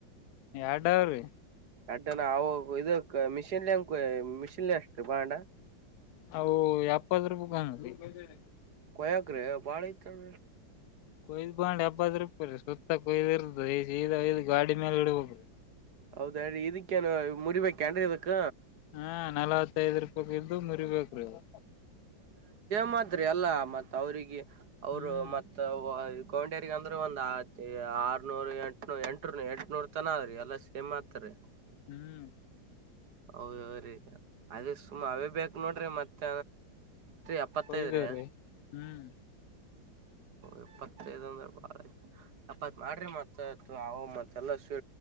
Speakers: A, on the left; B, on the right.
A: ಎರಡು ಅವರೀ
B: ಅಡ್ಡನ ಅವು ಇ ಮಿಷಿನ್ಲಿಂಗ ಮಿಷಿನ್ಲಿ ಅಷ್ಟು ಬಾಂಡ
A: ನಾವು ಎಪ್ಪತ್ ರೂಪಾಯಿ <unintelligible>
B: ಕೊಯಾಗ್ರೆ ಬಾಳ್ ಐತ್ ಹ್ಮ್
A: ಕೊಯ್ದ್ ಬಂದ್ ಎಪ್ಪತ್ ರೂಪಾಯಿ ರೀ ಸುತ್ತ ಕೊಯ್ದಿರ್ದ ಸೀದಾ ಒಯ್ದ್ ಗಾಡಿ ಮೇಲೆ ಇಡ್ಬೇಕ್ರಿ
B: ಹೌದೇ ಇದಕ್ಕೇನು ಮುರಿಬೇಕನ್ರಿ ಇದಕ್ಕ
A: ಹಾ ನಲವತ್ತೈದ್ ರೂಪಾಯಿ ಇದ್ದು ಮುರಿಬೇಕ್ರಿ ಅವು
B: <unintelligible> ಆದ್ರೆ ಅಲ್ಲ ಮತ್ತ ಅವರಿಗೆ ಅವರು
A: ಹ್ಮ್
B: ಮತ್ತ ಕೌಂಡ್ಯರಿಗ್ ಅಂದ್ರೆ ಒಂದ್ ಆರನೂರು ಎಂಟ್ ಎಂಟ ಎಂಟು ನೂರ್ ತನ ಎಲ್ಲ ಸೇಮ್ ಆತಾರಿ
A: ಹ್ಮ್
B: ಹೌದೌದ್ ರೀ ಅದೇ ಸುಮ ಅವೇ ಬೇಕು ನೋಡ್ರಿ ಮತ್ತ ಎಪ್ಪತ್ತೈದ್ರೀ
A: ಕೊಯ್ದವ್ರಿ ಹ್ಮ್
B: ಎಪ್ಪತ್ ಐದು ಅಂದ್ರೆ ಬಾಳ ಎಪ್ಪತ್ ಮಾಡ್ರಿ ಮತ್ ಆ ಅವ ಮತ್ತೆಲ್ಲ ಸೀಿ